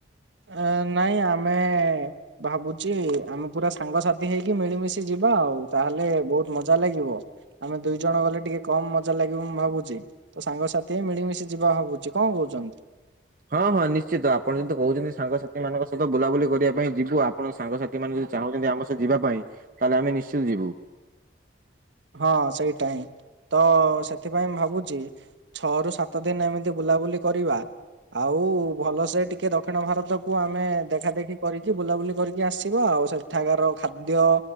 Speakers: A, on the right (about 75°); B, on the right (about 45°).
A: ଆ ନାଇଁ ଆମେ। ଭାବୁଛି ଆମେ ପୁରା ସାଙ୍ଗସାଥି ହେଇକି ମିଳିମିଶି ଯିବା ଆଉ ତାହେଲେ ବହୁତ ମଜା ଲାଗିବ। ଆମେ ଦୁଇ ଜଣ ଗଲେ ଟିକେ କମ ମଜା ଲାଗିବ ମୁଁ ଭାବୁଛି। ତ ସାଙ୍ଗସାଥି ହେଇ ମିଳିମିଶି ଯିବା ଭାବୁଛି କଣ କହୁଛନ୍ତି।
B: ହଁ ହଁ ନିଶ୍ଚିତ ଆପଣ ଯଦି କହୁଛନ୍ତି ସାଙ୍ଗସାଥି ମାନଙ୍କ ସହିତ ବୁଲାବୁଲି କରିବା ପାଇଁ ଯିବୁ ଆପଣଙ୍କ ସାଙ୍ଗସାଥି ମାନେ ଯଦି ଚାହୁଁଛନ୍ତି ଆମ ସହ ଯିବା ପାଇଁ ତାହେଲେ ଆମେ ନିଶ୍ଚିତ ଯିବୁ।
A: ହଁ ସେଇଟା ହିଁ ତ ସେଥିପାଇଁ ମୁଁ ଭାବୁଛି। ଛଅ ରୁ ସାତ ଦିନ ଏମିତି ବୁଲାବୁଲି କରିବା। ଆଉ ଭଲସେ ଟିକେ ଦକ୍ଷିଣ ଭାରତକୁୁ ଆମେ ଦେଖା ଦେଖି କରିକି ବୁଲାବୁଲି କରିକି ଆସିବା ଆଉ ସେ ସେଠାକାର ଖାଦ୍ୟ